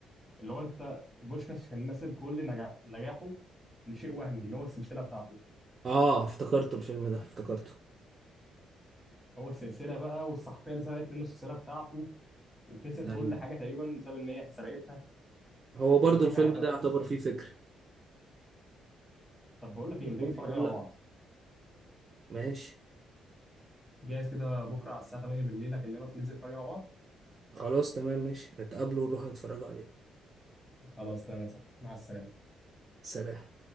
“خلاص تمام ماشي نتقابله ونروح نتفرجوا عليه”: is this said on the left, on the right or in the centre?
Right